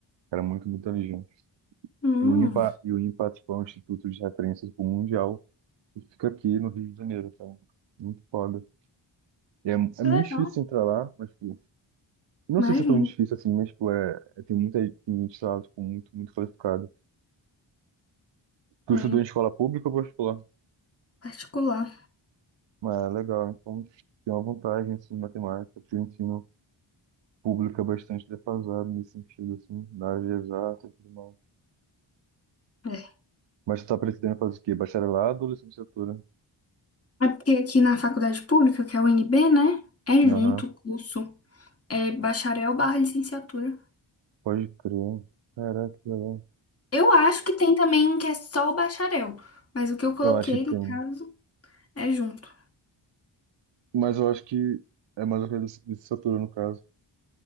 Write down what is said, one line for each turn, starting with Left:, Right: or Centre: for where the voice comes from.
Right: Era muito, muito inteligente.
Left: Hum,
Right: E o IMPA, e o IMPA, tipo, é um instituto de referência tipo, mundial e fica aqui no Rio de Janeiro, cara. Muito foda. E é, é
Left: que
Right: muito
Left: legal.
Right: difícil entrar lá, mas, tipo, não
Left: Imagino.
Right: sei se é tão difícil assim, mas, tipo, é, é- tem muita gente lá, tipo, muito, muito qualificada. Tu
Left: É,
Right: estudou em escola pública ou particular?
Left: particular.
Right: Mas é legal, então tem uma vantagem, assim, em matemática, porque o ensino público é bastante defasado nesse sentido, assim, na área de exatas e tudo mais.
Left: É.
Right: Mas tu tá pretendendo fazer o quê? Bacharelado ou licenciatura?
Left: É porque aqui na faculdade pública, que é a UNB, né? É
Right: Aham,
Left: junto o curso. É bacharel barra licenciatura.
Right: pode crer. Caraca, que legal.
Left: Eu acho que tem também um que é só o bacharel. Mas o que eu coloquei,
Right: Eu acho que tem.
Left: no caso, é junto.
Right: Mas eu acho que é mais ou menos de licenciatura, no caso.